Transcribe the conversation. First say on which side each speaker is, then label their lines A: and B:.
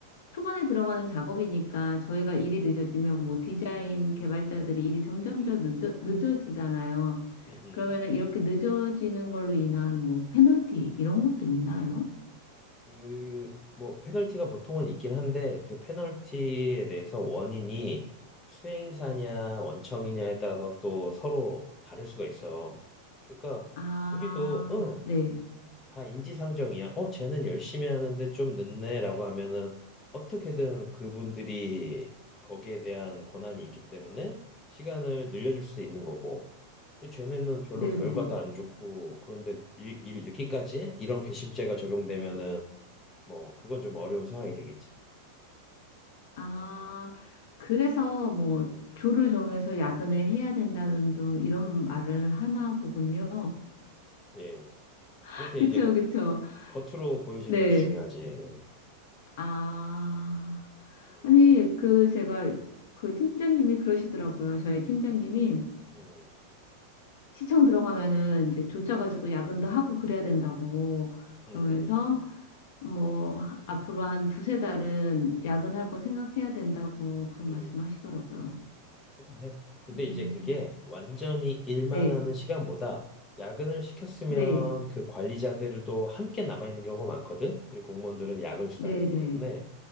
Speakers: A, on the left; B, on the left.
A: 초반에 들어가는 작업이니까 저희가
B: 음,
A: 일이 늦어지면 뭐 디자인 개발자들이 일이 점점
B: 음.
A: 더 늦어, 늦어지잖아요.
B: 음, 음.
A: 그러면은 이렇게 늦어지는 걸로 인한 뭐 페널티 이런 것도 있나요?
B: 그, 뭐, 페널티가 보통은 있긴 한데, 그 페널티에 대해서 원인이 수행사냐, 원청이냐에 따라서 또 서로 다를 수가 있어. 그러니까,
A: 아,
B: 우리도, 응,
A: 네.
B: 다 인지상정이야. 어, 쟤는 열심히 하는데 좀 늦네, 라고 하면은, 어떻게든 그분들이 거기에 대한 권한이 있기 때문에 시간을 늘려줄 수 있는 거고. 근데 쟤네는 별로
A: 네네.
B: 결과도 안 좋고, 그런데 일, 일 늦기까지 해? 이런 괘씸죄가 적용되면은, 뭐 그건 좀 어려운 상황이 되겠지.
A: 아, 그래서 뭐
B: 음,
A: 조를 정해서 야근을 해야 된다는 둥
B: 음,
A: 이런
B: 음.
A: 말을 하나 보군요.
B: 예.
A: <laughs>
B: 그렇게
A: 그쵸,
B: 이제
A: 그쵸.
B: 겉으로 보여지는
A: 네.
B: 것도 중요하지.
A: 아,
B: 음,
A: 아니, 그, 제가, 그 팀장님이 그러시더라고요. 저희 팀장님이
B: 음,
A: 시청 들어가면은 이제 조짜가지고 야근도 하고 그래야 된다고
B: 음,
A: 그러면서
B: 음, 음,
A: 뭐, 하- 앞으로 한 두세 달은 야근할
B: 음,
A: 거 생각해야 된다고 그런
B: 음.
A: 말씀 하시더라고요.
B: 그래. 근데
A: 음,
B: 이제 그게 완전히 일만
A: 네,
B: 하는 시간보다 야근을 시켰으면
A: 네,
B: 그 관리자들도 함께 남아 있는 경우가 많거든. 그리고 공무원들은 야근 수당이
A: 네,
B: 있기
A: 네.
B: 때문에